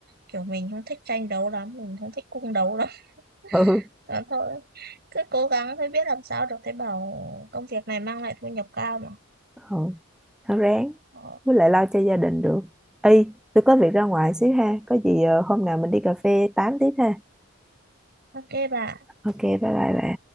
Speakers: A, on the right; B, in the centre.
A: kiểu mình không thích tranh đấu lắm mình không thích cung đấu lắm
B: <laughs> ừ
A: <laughs> Đó thôi cứ cố gắng thôi biết làm sao được thấy bảo công việc này mang lại thu nhập cao mà
B: ừ nó ráng
A: Ờ,
B: với lại lo cho gia đình được y tôi có việc ra ngoài xíu ha có gì ờ, hôm nào mình đi cà phê tám tiếp ha
A: ok bà
B: ok bye bye bà